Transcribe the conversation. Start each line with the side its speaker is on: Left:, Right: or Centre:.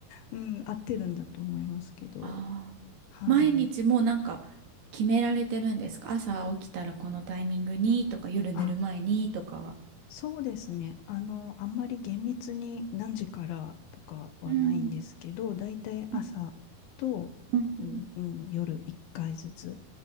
Left: うん、合ってるんだと思いますけど、
Right: あ。
Left: はい。
Right: 毎日もうなんか決められてるんですか朝起きたらこのタイミングにとか夜寝る前にとか。
Left: あそうですね。あの、あんまり厳密に何時からとかはないんですけど、
Right: うん
Left: だいたい朝と、
Right: うんうんうん
Left: うんうん、夜1回ずつ